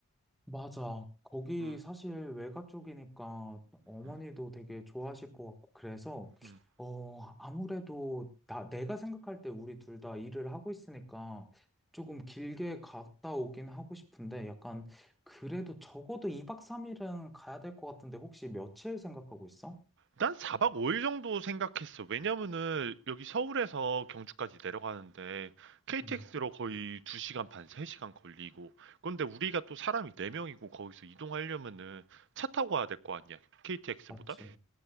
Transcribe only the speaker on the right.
음,
음,
음.
난 4박 5일 정도 생각했어. 왜냐면은, 여기 서울에서 경주까지 내려가는데, KTX로
거의 2시간 반, 3시간 걸리고, 근데 우리가 또 사람이 4명이고, 거기서 이동하려면은, 차 타고 와야 될 거 아니야, KTX보다?